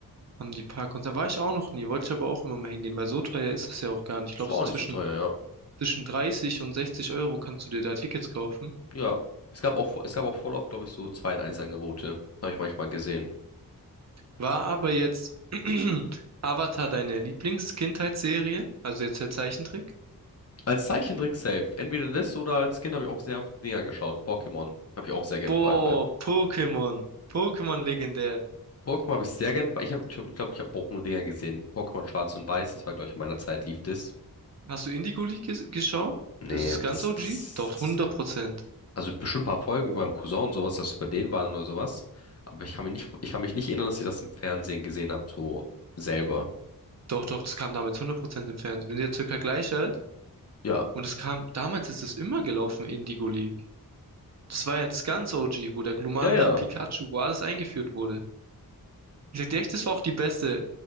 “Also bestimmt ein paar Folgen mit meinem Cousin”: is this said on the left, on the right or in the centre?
Left